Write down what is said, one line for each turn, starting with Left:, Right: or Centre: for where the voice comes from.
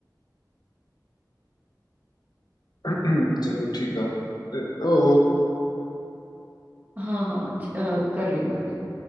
Left: <clears throat> चलो ठीक है ओ
Right: हाँ हाँ ज- अ, कर रही हूँ कर रही हूँ